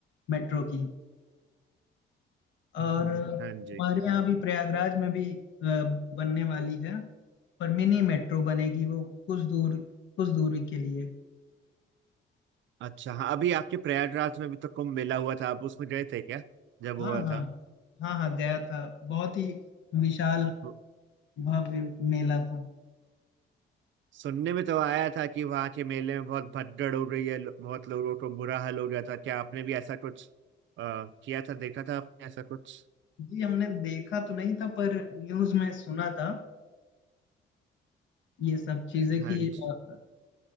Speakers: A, on the left; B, on the right.
A: मेट्रो की और
B: हम्म,
A: अ, हमारे
B: हाँ जी हाँ
A: यहाँ
B: जी
A: भी प्रयागराज में भी अ, बनने वाली है पर मिनी मेट्रो बनेगी वो कुछ दूर कुछ दूरी के लिए
B: अच्छा हाँ अभी आपके प्रयागराज में भी तो कुंभ मेला हुआ था आप उसमें गए थे क्या जब
A: हाँ
B: हुआ
A: हाँ हाँ हाँ गया था बहुत ही विशाल
B: था
A: भव्य मेला था
B: सुनने में तो आया था कि वहां के मेले में बहुत भगदड़ हो गई है लो- बहुत लोगों को बुरा हाल हो गया था क्या आपने भी ऐसा कुछ आ, किया था देखा था आपने ऐसा कुछ
A: जी हमने देखा तो नहीं था पर न्यूज में सुना था ये सब चीजें
B: हाँ
A: कि
B: जी,
A: अ,